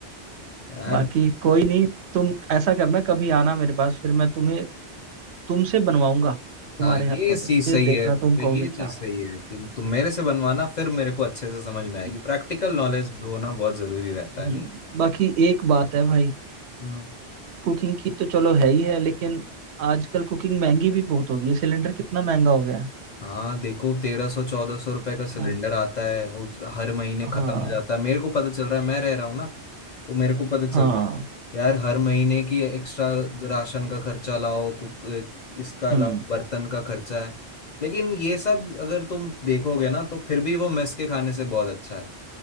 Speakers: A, on the left (about 50°); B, on the right (about 70°).
A: यार
B: बाकी कोई नहीं तुम ऐसा करना कभी आना मेरे पास फिर मैं तुम्हें तुमसे बनवाऊंगा तुम्हारे
A: हाँ ये
B: हाथों से
A: चीज
B: फिर
A: सही
B: देखना
A: है मतलब
B: तुम कहोगे
A: ये
B: क्या
A: चीज
B: बात
A: सही है कि तुम मेरे से बनवाना फिर मेरे को अच्छे से समझ में आएगी
B: है।
A: प्रैक्टिकल नॉलेज होना बहुत जरूरी रहता है
B: हम्म
A: नहीं
B: बाकी एक बात है भाई
A: हम्म।
B: कुकिंग की तो चलो है ही है लेकिन आजकल कुकिंग महंगी भी बहुत हो गई है सिलेंडर कितना महंगा हो गया है
A: हाँ देखो तेरह सौ चौदह सौ रुपए का सिलेंडर
B: हाँ
A: आता है उस हर महीने खत्म
B: हाँ
A: हो जाता है मेरे को पता चल रहा है मैं रह रहा हूँ ना तो मेरे को पता चल
B: हाँ
A: रहा है यार हर महीने की एक्स्ट्रा राशन का खर्चा लाओ कुक इसका लाओ
B: हम्म
A: बर्तन का खर्चा है लेकिन ये सब अगर तुम देखोगे ना तो फिर भी वो मेस के खाने से बहुत अच्छा है